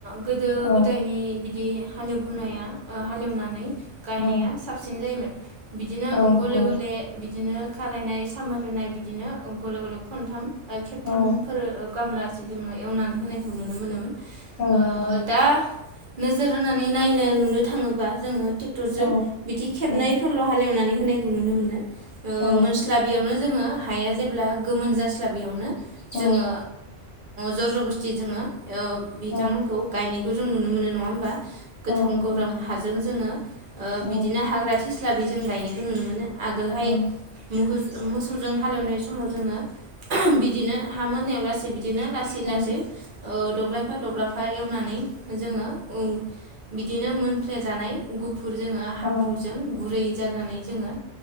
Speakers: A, on the right; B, on the left.
A: गोदो
B: औ
A: गोदायनि बिदि हालेवबोनाया हालेवनानै गायनाया
B: औ
A: साबसिन जायोमोन बिदिनो
B: औ नंगौ
A: गले गले बिदिनो खारायनाय सामारनाय बिदिनो गले गले खनथाम खेबथामफोर
B: औ
A: <unintelligible> एवनानै होनायखौ नुनो मोनोमोन
B: औ
A: ओ
B: नंगौ
A: दा नोजोर होनानै नायनो नुनो थाङोबा जोङो ट्रेक्टर जों
B: औ
A: बिदि खेबनैफोरल'
B: औ
A: हालेवनानै होनायखौ नुनो मोनो ओ
B: औ
A: मोनस्लाबियावनो जोङो हाया जेब्ला गोमोन जास्ला बेयावनो जोङो
B: औ
A: जरज बस्थि जोङो बिथांमोनखौ
B: औ
A: गायनो बे जों नुनो मोन नङा होनोमबा। गोथां
B: औ नंगौ
A: गोब्राम हाजों जोङो।
B: औ
A: बिदिनो हाग्रा। थेस्ला बे जों गायनायखौ नुनो मोनो। आगोलहाय
B: औ
A: मुग मोसौजों हालेवनाय समाव जोङो बिदिनो हा मोनायावलासै बिदिनो लासै
B: औ
A: लासै औ दब्लायफा दब्लाायफा एवनानै जोङो ओ बिदिनो मोनफ्लेेजानाय गु जोङो हाब्रुजों
B: औ
A: गुरै जानानै जोङो।